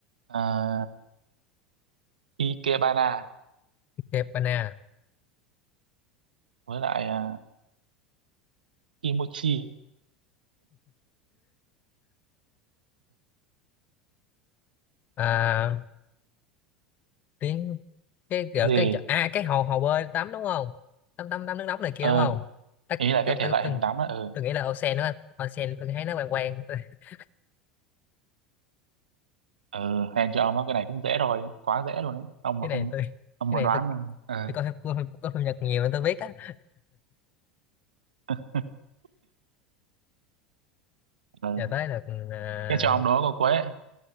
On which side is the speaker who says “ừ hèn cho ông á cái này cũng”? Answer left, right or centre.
Right